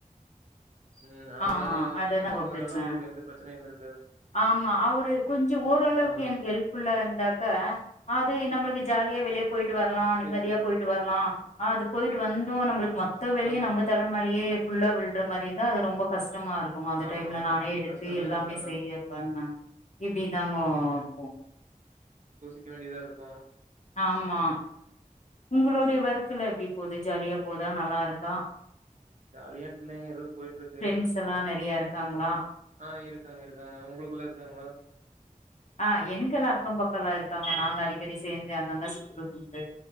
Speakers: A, on the right (about 55°); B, on the left (about 55°).
A: பிரச்சன இல்ல அவங்க
B: ஆமா அதுதாங்க
A: தத்துருந்தாங்கன்னா
B: பிரச்சன
A: உங்குளுக்கு எந்த பிரச்சனையு இல்லருக்
B: ஆமா அவரு கொஞ்ச ஓரளவுக்கு
A: ஆமாங்க
B: எனக்கு ஹெல்ப்ஃபுல்லா இருந்தாக்கா அது நம்மளுக்கு ஜாலியா வெளிய போயிட்டு வர்லா நிம்மதியா
A: சேரிங்க
B: போயிட்டு வர்லா ஆ அது போயிட்டு வந்தோ நம்மளுக் மொத்த வேளையு
A: ஆமாங்க
B: நம்ம தலமேலையே ஃபுல்லா விழ்ற மாரினா ரொம்போ கஷ்டமா இருக்குங்க அந்த
A: ஆமா
B: டைம்ல
A: ஆமா
B: நானே எடுத்து
A: கஷ்டந்தா
B: எல்லாமே
A: கஷ்டந்தா
B: செய்ய பண்ண இப்டிதாங்க போகு
A: க்க வேண்டியதா இருக்கு
B: ஆமா உங்களுடைய வர்க்கலா எப்டி போது ஜாலியாப் அப்போதா நல்லா இருக்கு
A: ஜாலியான்ட்டு இல்லங்க ஏதோ போய்ட்ருக்கு
B: ஃப்ரெண்ட்ஸ் எல்லா நெறையா இருக்காங்களா
A: ஆ இருக் க்காங்க இருக்காங்க உங்களுக்குள்ள இருக்காங்களா
B: ஆ எனக்கெல்லா அக்க பக்க எல்லா இருக்காங்க நாங்க அடிக்கடி சேர்ந்து அங்கங்க சுத்தறது உண்டு